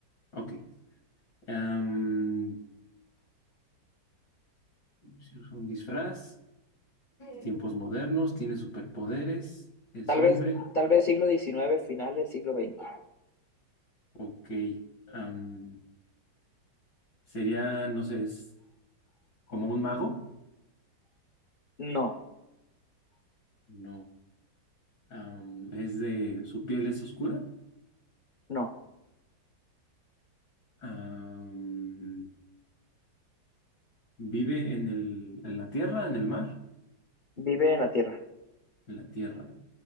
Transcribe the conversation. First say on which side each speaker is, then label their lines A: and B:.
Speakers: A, on the left; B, on the left.
A: Ok. am, si usa un disfraz. Tiempos modernos, tiene superpoderes, es
B: Tal
A: hombre,
B: vez, tal vez siglo diecinueve finales siglo veinte
A: ok. am, sería, no sé, es como un mago,
B: No,
A: no. am, es de, su piel es oscura,
B: no.
A: am, vive en el, en la tierra, en el mar,
B: Vive en la Tierra.
A: en la tierra,